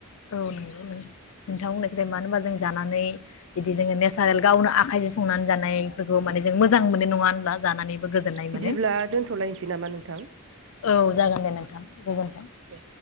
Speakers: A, on the left; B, on the right.
A: औ नों नोंथां होननायसै मानो होनबा जों जानानै बिदि जोङो नेचारेल गावनो आखाइजों संनानै जानायफोरखौ माने जों मोजां मोननाय नङा होनब्ला जानानैबो गोजोननाय
B: बिदिब्ला
A: मोनो
B: दोनथ'लायनोसै नामा नोंथां
A: औ जागोन दे नोंथां गोजोन्थों
B: दे